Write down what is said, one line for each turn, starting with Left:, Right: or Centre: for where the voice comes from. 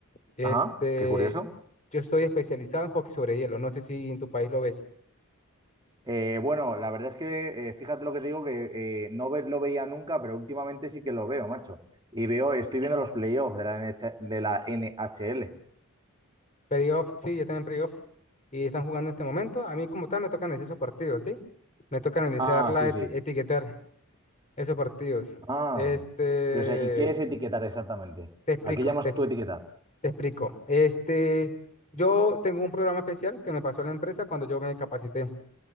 Left: Este,
Right: ajá, qué curioso.
Left: yo soy especializado en hockey sobre hielo, no sé si en tu país lo ves.
Right: Eh, bueno, la verdad es que eh, fíjate lo que te digo, que eh, no ve- lo veía nunca, pero últimamente sí que lo veo, macho. Y veo, estoy viendo los playoffs de la NH de la NHL.
Left: Playoff, sí, yo también playoff. Y están jugando en este momento. A mí como tal me toca analizar esos partidos, ¿sí? Me toca analizar,
Right: Ah,
Left: la
Right: sí,
Left: eti-
Right: sí.
Left: etiquetar esos partidos.
Right: Ah,
Left: Este,
Right: yo sé, ¿y qué es etiquetar exactamente?
Left: te explico,
Right: ¿A qué llamas
Left: te, te
Right: tú etiquetar?
Left: explico. Este, yo tengo un programa especial que me pasó la empresa cuando yo me capacité.